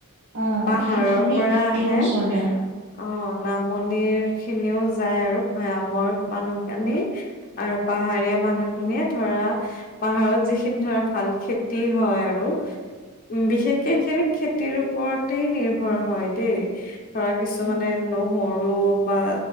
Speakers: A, on the right; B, on the left.
A: অ
B: পাহাৰৰ
A: সেইটো মানে
B: পৰা
A: এতিয়াও
B: আহে।
A: চলে
B: অ নামনিৰ খিনিও যায় আৰু ভৈয়ামৰ মানুহখিনি আৰু পাহাৰীয়া মানুহ খিনিয়ে ধৰা পাহাৰত যিখিনি ধৰা ভাল খেতি হয় আৰু উম বিশেষকে সেইখিনি খেতিৰ ওপৰতে নিৰ্ভৰ হয় দেই। ধৰা কিছুমানে
A: উম
B: ন হৰু বা